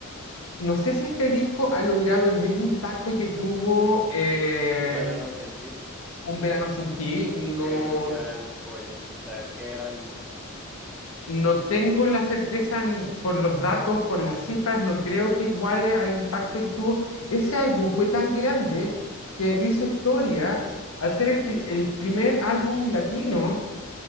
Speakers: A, on the left; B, in the centre.
A: No sé si este disco ha logrado el mismo impacto que tuvo eh,
B: Un verano sin ti.
A: Un verano sin ti. No,
B: Qué gran joya. O sea, qué gran disco.
A: no tengo la certeza en- por los datos, por las cifras, no creo que iguale al impacto que tuvo. Ese álbum
B: Oh,
A: fue tan grande que
B: sí.
A: hizo historia al ser el, pri- el primer álbum latino